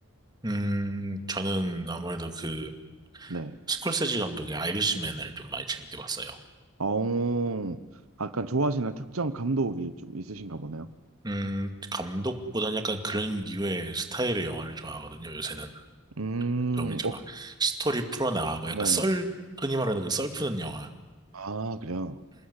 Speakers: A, on the right; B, on the right.
A: 음, 저는 아무래도 그
B: 네.
A: 스콜세지 감독의 아이리시맨을 좀 많이 재밌게 봤어요.
B: 어, 약간 좋아하시는 특정 감독이 좀 있으신가 보네요.
A: 음, 감독보다는 약간 그런 류의 스타일의 영화를 좋아하거든요, 요새는.
B: 음,
A: 좀 이제
B: 어,
A: 막 스토리 풀어나가고
B: 네네.
A: 약간 썰, 흔히 말하는 그 썰 푸는 영화.
B: 아, 그래요.